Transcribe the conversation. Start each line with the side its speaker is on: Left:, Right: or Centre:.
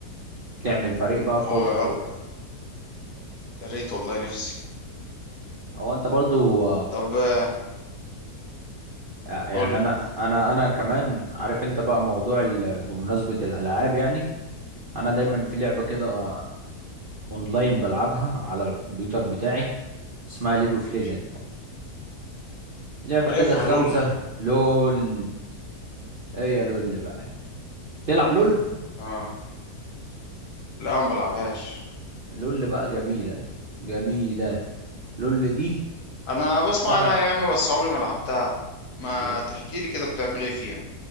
Right: تعمل فريق بقى
Left: اه
Right: قوي
Left: يا
Right: قوي
Left: رب يا ريت والله نفسي
Right: هو انت برضو
Left: طب آه،
Right: آه، يعني
Left: قول
Right: انا
Left: لي
Right: انا انا كمان عارف انت بقى موضوع ال- بمناسبة الالعاب يعني انا دايما في لعبة كده آه، اونلاين بلعبها على الكمبيوتر بتاعي اسمها ليج اوف ليجند لعبة
Left: عارفها
Right: كده خمسة
Left: لول
Right: لول ايه يا لول بقى تلعب لول
Left: اه لا ما بلعبهاش
Right: لول بقى جميلة جميلة لول دي
Left: انا
Right: لعبتها
Left: بسمع عنها يا اما بس عمري ما لعبتها ما
Right: ل-
Left: تحكي لي كده بتعمل ايه فيها